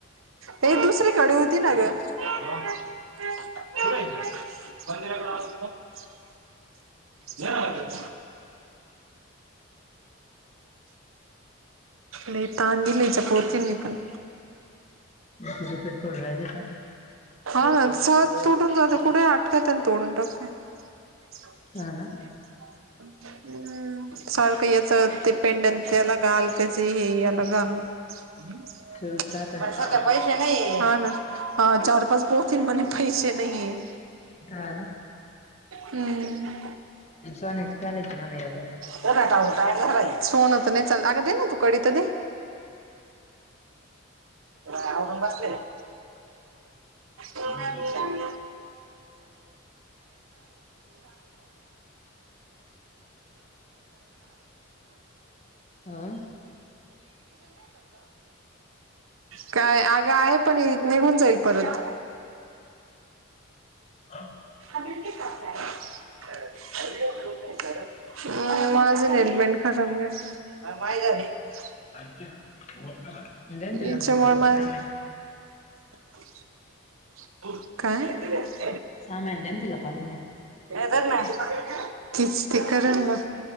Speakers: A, on the right; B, on the left.
A: हे दुसरीकडून दी ना गं. <unintelligible> दे ना भाकर. मि तांदूलीच्या पोतींनी पण
B: रिपेअर इथं करू राहिले का?
A: हा ना. सहज तोडून जातं. कुठे आटकतन अन तोडून टाक <inaudible>
B: हा ना
A: हम्म. सारखं याचं ते पेंडंट त्याला घाल, त्याचे हे याला घाल. हम्?
B: सुरूच राहत
A: पैशाचं,
B: ना
A: पैसे नाही. हा ना. हा चार-पाच पोती म्हणे पैसे नाहिये.
B: हा ना
A: <unintelligible> हम्म.
B: सोन्याची करायची ना मग एक.
A: सोनं तर नाही चाल, अगदी दे ना तू कडी तर दे आवरून बसलेले,
B: <unintelligible>
A: <unintelligible> <unintelligible> <unintelligible> <unintelligible> <unintelligible>
B: हम्म
A: काय अगं आहे पण निघून जाईल परत.
B: आ?
A: <unintelligible> अं, माझं हेल्मेट खराब <unintelligible>
B: द्याना तिला नंतर, सहा
A: याच्यामुळे
B: महिने
A: माझ काय?
B: सहा महिने द्या ना तिला काढून एक
A: तीचं ते करेल ना.